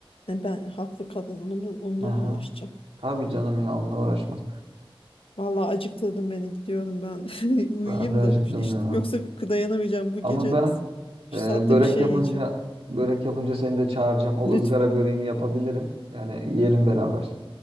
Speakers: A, on the left (about 70°); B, on the right (about 85°).
A: e ben haklı kadın onu mu, onunla
B: Aha.
A: mı uğraşacak?
B: Tabii canım ya onunla uğraşmaz.
A: Vallahi acıktırdın beni gidiyorum ben <laughs> uyuyayım
B: Ben de acıktım
A: da işte
B: ya.
A: yoksa dayanamayacağım bu gece
B: Ama ben
A: şu
B: e,
A: saatte
B: börek
A: bir şey
B: yapınca
A: yiyeceğim.
B: börek yapınca seni de çağıracağım. O
A: Lütfen.
B: ızgara böreğini yapabilirim. Yani yiyelim beraber.